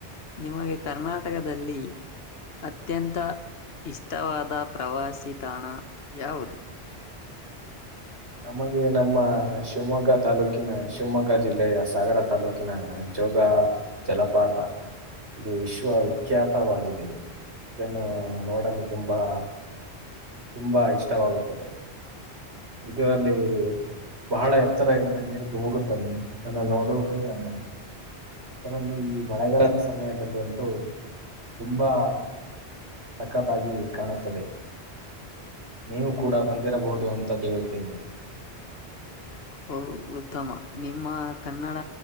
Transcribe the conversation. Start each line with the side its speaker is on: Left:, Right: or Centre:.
Left: ನಿಮಗೆ ಕರ್ನಾಟಕದಲ್ಲಿ, ಅತ್ಯಂತ ಇಷ್ಟವಾದ ಪ್ರವಾಸಿ ತಾಣ ಯಾವುದು.
Right: ನಮಗೆ ನಮ್ಮ ಶಿವಮೊಗ್ಗ ತಾಲೂಕಿನ ಶಿವಮೊಗ್ಗ ಜಿಲ್ಲೆಯ ಸಾಗರ ತಾಲೂಕಿನ. ಜೋಗ ಜಲಪಾತ. ಇದು ವಿಶ್ವವಿಖ್ಯಾತವಾಗಿದೆ. ಇದನ್ನು ನೋಡಲು ತುಂಬಾ, ತುಂಬಾ ಇಷ್ಟವಾಗುತ್ತದೆ ಇದರಲ್ಲಿ. ಬಹಳ ಎತ್ತರ ದಿಂದ ನೀರು ಧುಮುಗುತ್ತದೆ ಅದನ್ನ ನೋಡುವುದೇ ಅಂದ. ಅದರಲ್ಲೂ ಈ ಮಳೆಗಾಲ ಸಮಯದಲ್ಲೊಂತೂ. ತುಂಬಾ ಸಕ್ಕತ್ತಾಗಿ ಕಾಣುತ್ತದೆ. ನೀವು ಕೂಡ ಬಂದಿರಬಹುದು ಅಂತ ತಿಳಿಯುತ್ತೇನೆ.
Left: ಹೋ ಉತ್ತಮ ನಿಮ್ಮ ಕನ್ನಡ